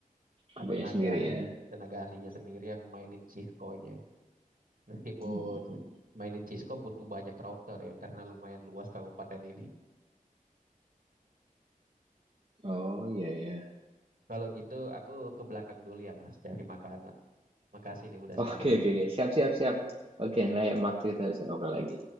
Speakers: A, on the right (about 40°); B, on the right (about 75°).
A: Apanya
B: tenaga
A: sendiri
B: ahli
A: ya?
B: tenaga ahlinya sendiri yang mainin Cisco-nya. Meskipun
A: Mm.
B: mainin Cisco butuh banyak router ya karena lumayan luas kabupaten ini. <laughs>
A: Oh iya iya.
B: Kalau gitu aku ke belakang dulu ya Mas cari makanan. Makasih nih udah sharing.
A: Oke oke oke. Siap siap siap. Oke,
B: Oh,
A: lain waktu kita bisa ngobrol lagi.